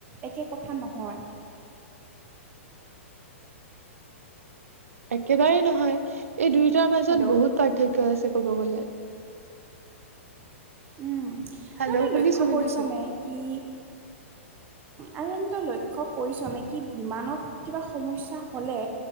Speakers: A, on the right; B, on the right.
A: একে কথা নহয়।
B: একেবাৰেই নহয়, এই দুয়োটাৰ মাজত
A: হেল্ল'
B: বহুত পাৰ্থক্য আছে ক'ব গ'লে
A: উম আৰু
B: হেল্ল'
A: তই
B: শুনিছো
A: লক্ষ্য
B: শুনিছো
A: কৰিছনে কি আৰু এনে তই লক্ষ্য কৰিছনে কি বিমানত কিবা সমস্যা হ'লে